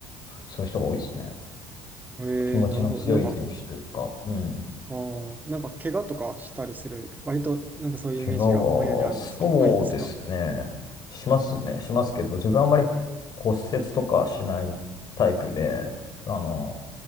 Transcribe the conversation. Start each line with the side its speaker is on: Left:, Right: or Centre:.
Left: そういう人が多いですね。
Right: ええなるほど。
Left: 気持ちの強い選手というか、
Right: なんか、
Left: うん。
Right: ああ、なんか怪我とかしたりする、割となんかそういうイメージがぼんやりあるんですけど、
Left: 怪我は、そうですね。
Right: ないんですか
Left: しますね。しますけど、自分はあんまり骨折とかしないタイプで、あの、